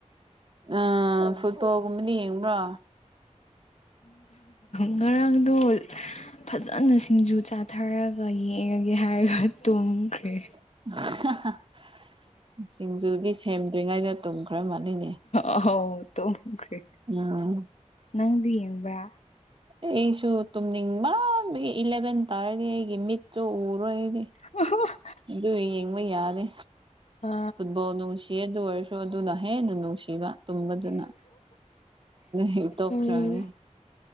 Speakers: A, on the right; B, on the left.
A: ꯑ ꯐꯨꯠꯕꯣꯜꯒꯨꯝꯕꯅ ꯌꯦꯡꯕ꯭ꯔꯣ
B: ꯉꯔꯥꯡꯗꯣ ꯐꯖꯅ ꯁꯤꯡꯖꯨ ꯆꯥꯊꯔꯒ ꯑꯗꯨꯒ ꯌꯦꯡꯉꯒꯦ ꯍꯥꯏꯔꯒ ꯇꯨꯝꯈ꯭ꯔꯦ
A: ꯍꯥ ꯍꯥ ꯁꯤꯡꯖꯨꯗꯤ ꯁꯦꯝꯗ꯭ꯔꯤꯉꯩꯗ ꯇꯨꯝ ꯈꯔ ꯃꯥꯜꯂꯤꯅꯦ
B: ꯑꯍꯧ ꯇꯨꯝꯈ꯭ꯔꯦ
A: ꯎꯝ
B: ꯅꯪꯗꯤ ꯌꯦꯡꯕ꯭ꯔꯥ
A: ꯑꯩꯁꯨ ꯇꯨꯝꯅꯤꯡꯃꯟꯕꯒꯤ ꯏꯂꯚꯦꯟ ꯇꯥꯔꯗꯤ ꯑꯩꯒꯤ ꯃꯤꯠꯇꯨ ꯎꯔꯣꯏ ꯑꯩꯗꯤ
B: ꯑ <unintelligible>
A: ꯑꯗꯨ ꯌꯦꯡꯕ ꯌꯥꯔꯦ
B: ꯑ
A: ꯐꯨꯠꯕꯣꯜ ꯅꯨꯡꯁꯤ ꯑꯗꯨ ꯑꯣꯏꯔꯁꯨ ꯑꯗꯨꯅ ꯍꯦꯟꯅ ꯅꯨꯡꯁꯤꯕ ꯇꯨꯝꯕꯗꯨꯅ ꯍꯦꯟꯇꯣꯛꯈ꯭ꯔꯥꯅꯤ
B: ꯎꯝ